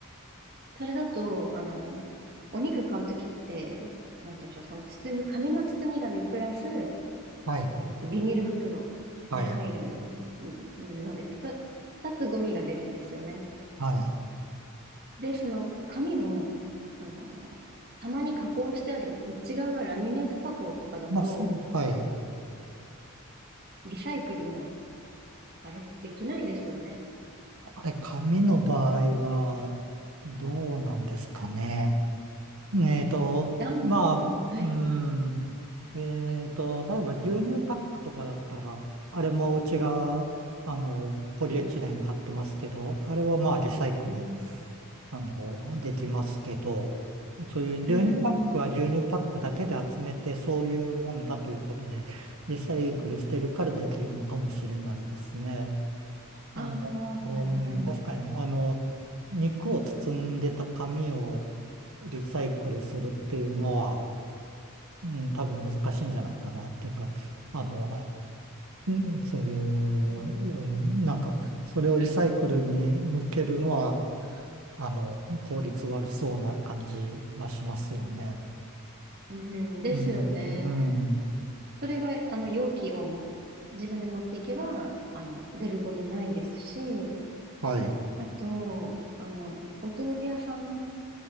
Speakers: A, on the right (about 45°); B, on the right (about 70°).
A: それだと、あの、お肉買うときって、なんて言うんでしょう、その包み、紙の包み紙プラス、
B: はい、
A: えっと、ビニール袋に入るん
B: はい、
A: ので、ふた、二つゴミが出るんですよね。
B: はい。
A: で、その紙も、あの、たまに加工してある内側がラミネート加工とかだと、
B: まあ、そう、はい。
A: リサイクルも、あれってできないですよね。
B: あれ、紙の場合は、どうなんですかね。えっと、
A: 段ボール、
B: まあ、
A: はい。
B: うん、えっと、例えば牛乳パックとかだったら、あれもうちが、あの、ポリエチレン貼ってますけど、
A: うん、
B: あれはまあリサイクル、
A: うん、
B: あの、できますけど、そういう牛乳パックは牛乳パックだけで集めて、
A: うん。
B: そういうもんだということで、リサイクルしてるからできるのかもしれないですね。あの、
A: ああ、
B: うん、
A: はいはい。
B: 確かに、あの、肉を包んでた紙をリサイクルするっていうのは、うん、多分難しいんじゃないかなっていうか、あの、うんそういう、
A: うん、
B: うん、なんか、それをリサイクルに向けるのは、あの、効率悪そうな感じはしますよね。
A: うん、ですよね。
B: うん、うん、
A: それが、あの、容器をも、自分で持っていけば、あの、出るゴミないですし、
B: はい、
A: あと、あの、お豆腐屋さん